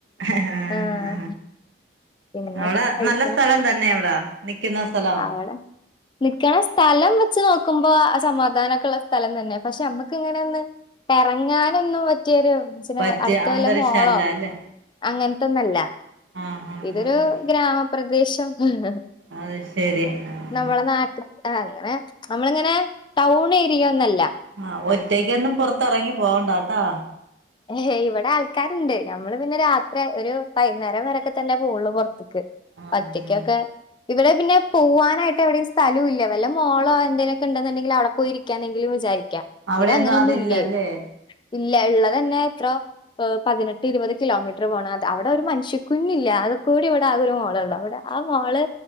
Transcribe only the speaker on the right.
ആ
ആ
അവിടെ
നല്ല സ്ഥലം തന്നെ അവിട നിക്കുന്ന സ്ഥലം
പറ്റിയ
അന്തരീക്ഷം
അല്ല അല്ലേ
ആഹ് ആഹ്
ആഹ്
അത് ശരി ആഹ്
ആഹ ഒറ്റയ്ക്കൊന്നും പൊറത്തിറങ്ങി പോകണ്ടാട്ടോ
ആഹ്
ആഹ്
അവിടെയൊന്നും
അതില്ലല്ലേ